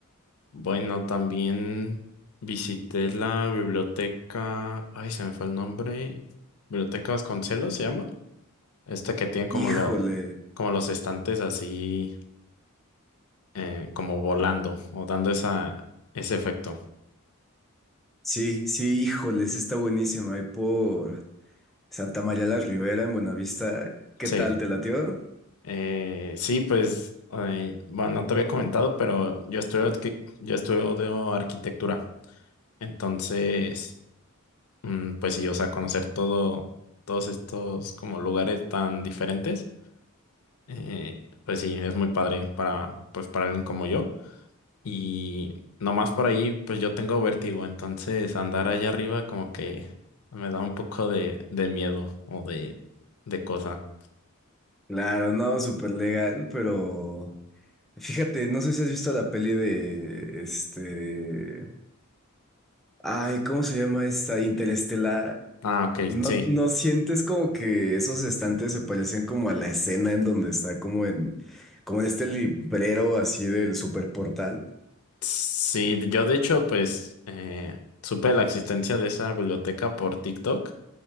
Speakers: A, on the left; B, in the centre.
A: bueno, también visité la biblioteca. Ay, se me fue el nombre. Biblioteca Vasconcelos se llama. Esta que tiene como
B: Híjole,
A: los, como los estantes así, eh, como volando o dando esa, ese efecto.
B: sí, sí, híjole, esa está buenísima, ahí por Santa María la Ribera, en Buenavista, ¿qué
A: Sí.
B: tal, te latió?
A: Eh, sí, pues, eh, bueno, no te había comentado, pero yo estudio, arqui- yo estudio arquitectura. Entonces, mm, pues sí, o sea, conocer todo, todos estos como lugares tan diferentes, eh, pues sí, es muy padre para, pues para alguien como yo. Y nomás por ahí, pues yo tengo vértigo, entonces andar allá arriba como que me da un poco de, de miedo o de, de cosa.
B: Claro, no, súper legal, pero fíjate, no sé si has visto la peli de este... Ay, ¿cómo se llama esta? Interestelar.
A: Ah, ok,
B: ¿No,
A: sí.
B: no sientes como que esos estantes se parecen como a la escena en donde está como en, como en este librero así del superportal?
A: Sí, yo de hecho, pues eh, supe la existencia de esa biblioteca por TikTok.